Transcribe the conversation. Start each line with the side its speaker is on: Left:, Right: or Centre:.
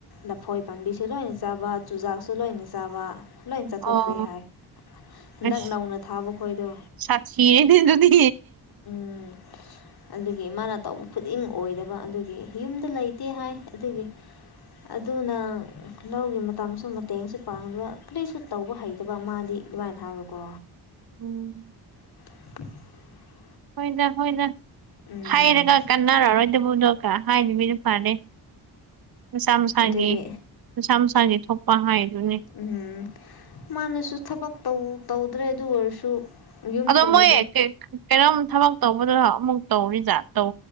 Left: ꯂꯐꯣꯏ ꯄꯥꯝꯕꯤꯁꯨ ꯂꯣꯏꯅ ꯆꯥꯕ ꯆꯨꯖꯥꯛꯁꯨ ꯂꯣꯏꯅ ꯆꯥꯕ ꯂꯣꯏ ꯆꯥꯊꯣꯛꯈ꯭ꯔꯦ
Right: ꯑꯣ
Left: ꯍꯥꯏ ꯍꯟꯗꯛ
Right: ꯑꯁ
Left: ꯅꯧꯅ ꯊꯥꯕ ꯈꯣꯏꯗꯣ
Right: ꯁꯥꯊꯤꯔꯦꯅꯦ ꯑꯗꯨꯗꯤ
Left: ꯎꯝ <unintelligible> ꯑꯗꯨꯒꯤ ꯃꯥꯅ ꯇꯧꯕ ꯈꯨꯗꯤꯡ ꯑꯣꯏꯗꯕ ꯑꯗꯨꯒꯤ ꯌꯨꯝꯗ ꯂꯩꯇꯦ ꯍꯥꯏ ꯑꯗꯨꯒꯤ ꯑꯗꯨꯅ ꯂꯧꯒꯤ ꯃꯇꯝꯁꯨ ꯦꯡꯁꯨ ꯄꯥꯡꯗꯕ ꯀꯂꯂꯤꯁꯨ ꯇꯧꯕ ꯍꯩꯇꯕ ꯑꯃꯗꯤꯗꯤ ꯑꯗꯨꯃꯥꯏꯅ ꯍꯥꯏꯕꯀꯣ
Right: ꯎꯝ
Left: <unintelligible>
Right: ꯍꯣꯏꯅ ꯍꯣꯏꯅ
Left: ꯎꯝ
Right: ꯍꯥꯏꯔꯒ ꯀꯟꯅꯔꯔꯣꯏꯗꯕꯗꯣ ꯍꯥꯏꯅꯤ ꯃꯤꯅ ꯐꯅꯤ ꯃꯩꯁꯥ ꯃꯁꯥꯒꯤ
Left: ꯑꯗꯨꯒꯤ
Right: ꯃꯩꯁꯥ ꯃꯅꯨꯡꯁꯥꯒꯤ ꯊꯣꯛꯄ ꯍꯥꯏꯗꯨꯅꯤ
Left: ꯎꯝ ꯃꯥꯅꯁꯨ ꯊꯕꯛꯧ ꯇꯧꯗ꯭ꯔꯦ ꯑꯗꯨ ꯑꯣꯏꯔꯁꯨ ꯌꯨꯝꯒꯨꯝꯕꯗꯤ
Right: ꯑꯗꯣ ꯃꯣꯏ ꯀꯩꯅꯣꯝ ꯊꯕꯛ ꯇꯧꯕꯗꯨ ꯑꯃꯨꯛ ꯇꯧ ꯔꯤꯖꯥ ꯇꯧ